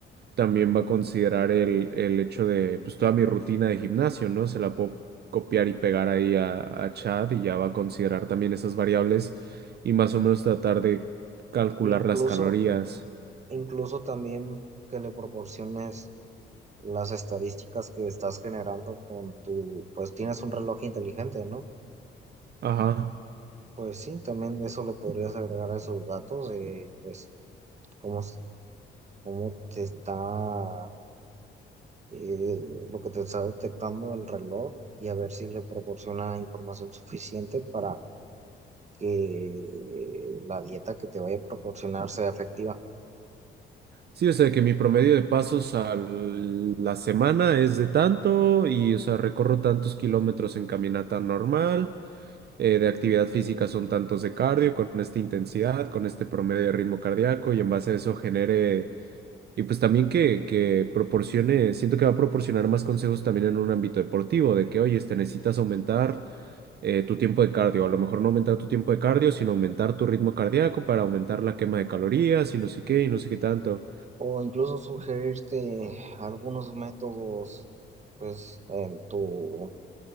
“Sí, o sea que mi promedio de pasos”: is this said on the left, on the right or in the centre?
Right